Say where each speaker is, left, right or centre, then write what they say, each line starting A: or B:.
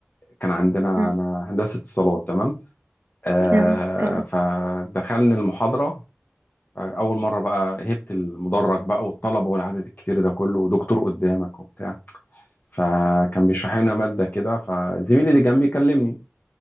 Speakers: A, on the left (about 45°); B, on the right (about 50°).
A: كان عندنا
B: مم.
A: انا هندسه اتصالات تمام آه،
B: آه، تمام
A: فدخلنا المحاضره آه، اول مره بقى هبت المدرج بقى والطلبه والعدد الكتير ده كله ودكتور قدامك وبتاع فكان بيشرح لنا ماده كده فزميلي اللي جنبي كلمني